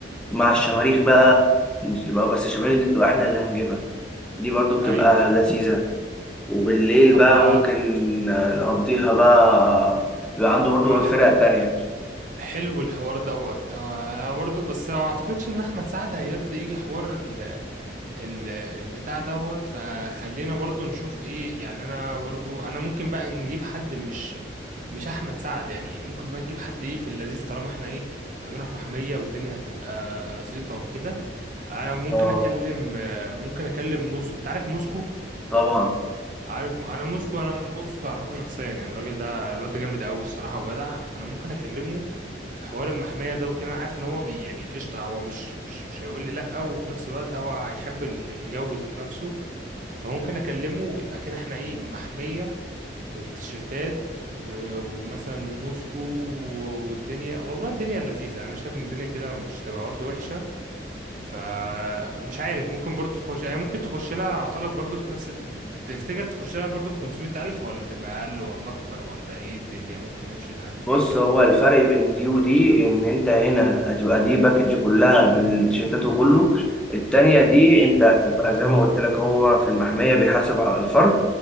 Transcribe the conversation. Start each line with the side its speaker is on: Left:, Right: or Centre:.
Centre: مع الشماريخ بقى بتبقى- بس الشماريخ دي بتبقى إحنا اللي هنجيبها دي برضو بتبقى
Right: ايوه ايوه
Centre: لذيذة وبالليل
Right: طب
Centre: بقى
Right: ما
Centre: ممكن نقضيها بقى بيبقى عنده برضو
Right: ما
Centre: فرق تانية
Right: حلو الحوار دوت هو انا برضو بس ما اعتقدش ان احمد سعد هيرضى يجي حوار ال ال البتاع دوت فخلينا برضو نشوف ايه يعني انا برضو انا ممكن بقى نجيب حد مش مش احمد سعد يعني ممكن بقى نجيب حد ايه في اللذيذ طالما احنا ايه هنروح محمية والدنيا هتبقى زيطة وكده انا ممكن
Centre: اه
Right: اكلم آه، ممكن اكلم موسكو انت عارف موسكو
Centre: طبعا
Right: عارف م- انا موسكو انا موسكو اعرفه شخصيا يعني الراجل ده الواد ده جامد قوي الصراحه وجدع فانا ممكن اكلمه في حوار المحميه ده وكده انا عارف ان هو بي يعني قشطه هو مش مش مش هيقول لي لا وفي نفس الوقت هو هيحب ال- الجو ذات نفسه فممكن اكلمه ويبقى كده احنا ايه محميه والتيشيرتات و- ومثلا وموسكو و- والدنيا والله الدنيا لذيذه انا شايف ان الدنيا كده مش تبقى برضه وحشه فمش عارف ممكن برضو تخش يعني ممكن تخش لها اعتقد برضو في نفس الت- تفتكر تخش لها برضو في 500 الف ولا تبقى اقل ولا اكتر ولا ايه الدنيا ممكن نمشي لحد فين
Centre: بص
Right: كده
Centre: هو الفرق بين دي ودي ان انت هنا هتبقى دي باكج كلها بالتيشيرتات وكله التانية دي
Right: امم
Centre: انت هتبقى زي ما قلت لك هو في المحمية بيحاسب على الفرد